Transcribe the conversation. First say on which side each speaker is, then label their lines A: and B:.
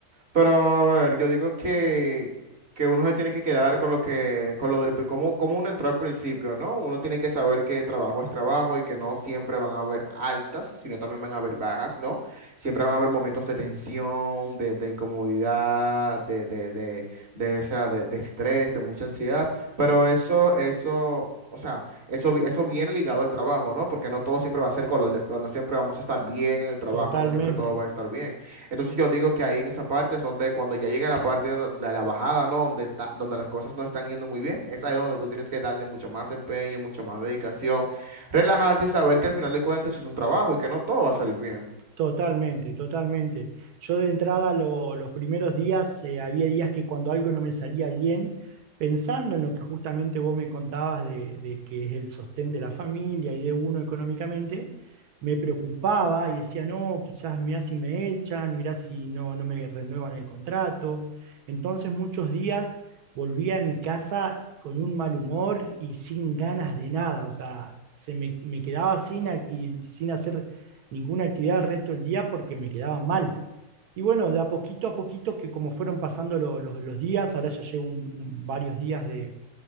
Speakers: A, on the right; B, on the right.
A: pero a ver, yo digo que, que uno se tiene que quedar con lo que, con lo del, pri- cómo, cómo uno entró al principio, ¿no? Uno tiene que saber que trabajo es trabajo y que no siempre van a haber altas, sino también van a haber bajas, ¿no? Siempre van a haber momentos de tensión, de, de incomodidad, de, de, de, de, o sea, de, de estrés, de mucha ansiedad, pero eso, eso... O sea, Eso, vi- eso viene ligado al trabajo, ¿no? Porque no todo siempre va a ser color de flor, no siempre vamos a estar bien en el trabajo,
B: Totalmente.
A: no siempre todo va a estar bien. Entonces yo digo que ahí en esa parte es donde cuando ya llega la parte de, de la bajada, ¿no? Donde, ta- donde las cosas no están yendo muy bien, es ahí donde tú tienes que darle mucho más empeño, mucho más dedicación, relajarte y saber que al final de cuentas es un trabajo y que no todo va a salir bien.
B: Totalmente, totalmente. Yo de entrada lo- los primeros días, eh, había días que cuando algo no me salía bien, pensando en lo que justamente vos me contabas de, de que es el sostén de la familia y de uno económicamente, me preocupaba y decía, no, quizás mirá si me echan, mirá si no, no me renuevan el contrato. Entonces muchos días volvía a mi casa con un mal humor y sin ganas de nada, o sea, se me, me quedaba sin acti- sin hacer ninguna actividad el resto del día porque me quedaba mal. Y bueno, de a poquito a poquito, que como fueron pasando lo- los, los días, ahora ya llevo un- un- varios días de,